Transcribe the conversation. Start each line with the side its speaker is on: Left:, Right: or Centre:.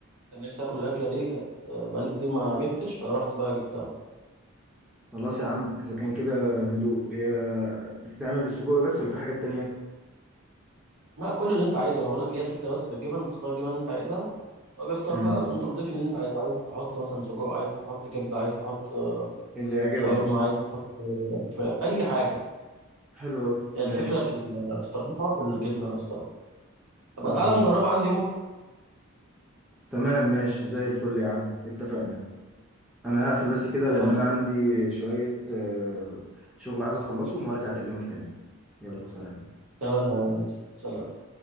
Right: كان نفسي اكل الاكله دي كانت آه، بقالي كتير ما جبتش فرحت بقى جبتها
Centre: خلاص يا عم إذا كان كده ندوق هي بتتعمل بالسجق بس ولا في حاجات تانية؟
Right: لا كل اللي انت عايزه انا بقول لك هي الفكره بس في الجبن بتختار الجبن اللي انت عايزها هو بيختار
Centre: مم.
Right: بقى انت بتضيف اللي انت عايزه عايز تحط مثلا سجق عايز تحط كبده عايز تحط آه،
Centre: اللي يعجبك
Right: شاورما
Centre: بقى
Right: عايز تحط فراخ، اي حاجه
Centre: حلو أوي
Right: هي الفكره
Centre: ماشي
Right: في ال- في طريقتها في الجبنه نفسها طب
Centre: عظيم
Right: تعالى نجربها عندي في مره
Centre: تمام ماشي زي الفل يا عم اتفقنا انا هقفل بس كده
Right: اتفقنا
Centre: لان انا عندي شوية آه، شغل عايز اخلصهم وارجع اكلمك تاني يلا سلام
Right: تمام يا ريس. سلام